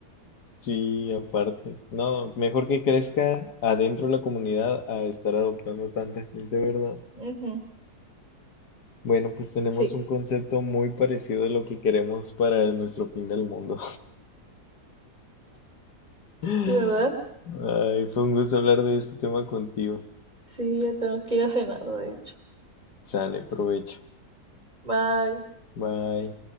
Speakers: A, on the left; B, on the right.
A: sí, aparte. No, mejor que crezca adentro de la comunidad a estar adoptando tanta gente, ¿verdad?
B: Ujú,
A: Bueno, pues tenemos
B: sí,
A: un concepto muy parecido de lo que queremos para nuestro fin del mundo. <laughs> Ay,
B: sí, ¿verdad?
A: fue un gusto hablar de este tema contigo.
B: Sí, ya tengo que ir a cenar, de hecho.
A: Sale, provecho.
B: Bye.
A: Bye.